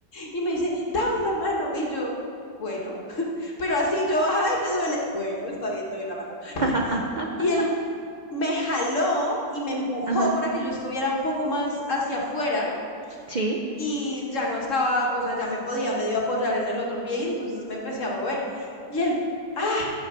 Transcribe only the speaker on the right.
<laughs>
Ajá.
Sí.